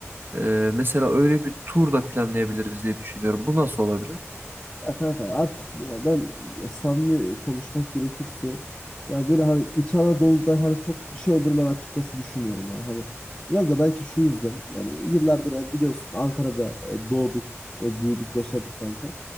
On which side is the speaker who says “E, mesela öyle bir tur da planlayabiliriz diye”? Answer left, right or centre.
Right